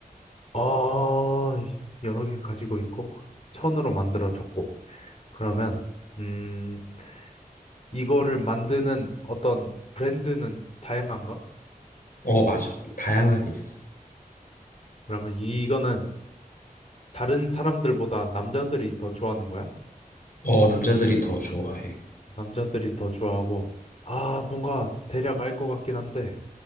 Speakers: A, on the left; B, on the left.
A: 어, 여러 개 가지고 있고, 천으로 만들어졌고, 그러면, 음, 이거를 만드는 어떤 브랜드는 다양한가?
B: 어, 맞아. 다양하게 있어.
A: 그러면 이거는 다른 사람들보다 남자들이 더 좋아하는 거야?
B: 어, 남자들이 더 좋아해.
A: 남자들이 더 좋아하고, 아, 뭔가 대략 알 것 같긴 한데,